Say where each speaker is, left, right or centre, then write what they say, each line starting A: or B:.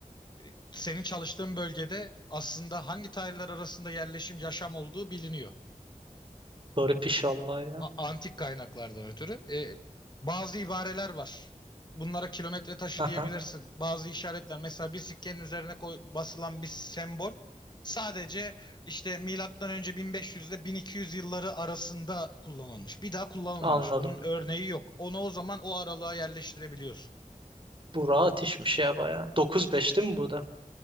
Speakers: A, on the left; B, on the right.
A: E, Senin çalıştığın bölgede aslında hangi tarihler arasında yerleşim, yaşam olduğu biliniyor.
B: garip iş vallahi ya.
A: a- antik kaynaklardan ötürü e, bazı ibareler var. Bunlara kilometre taşı
B: Aha
A: diyebilirsin. Bazı işaretler mesela bir sikkenin üzerine koy, basılan bir sembol sadece işte milattan önce 1500 ile 1200 yılları arasında kullanılmış. Bir daha kullanılmamış.
B: anladım.
A: Bunun örneği yok. Onu o zaman o aralığa yerleştirebiliyorsun.
B: Bu rahat işmiş ya bayağı. 9-5 değil mi bu da?